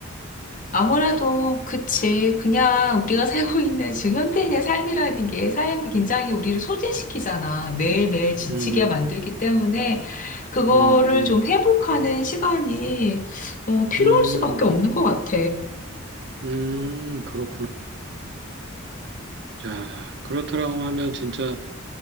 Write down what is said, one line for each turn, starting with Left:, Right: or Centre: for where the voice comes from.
Left: 아무래도 그치. 그냥 우리가 살고 있는 지금 현대인의 삶이라는 게 삶이 굉장히 우리를 소진시키잖아. 매일매일 지치게
Right: 음,
Left: 만들기 때문에 그거를
Right: 음.
Left: 좀 회복하는 시간이 어, 필요할
Right: 음,
Left: 수밖에 없는 것 같아.
Right: 음, 그렇구나. 야, 그렇다라고 하면 진짜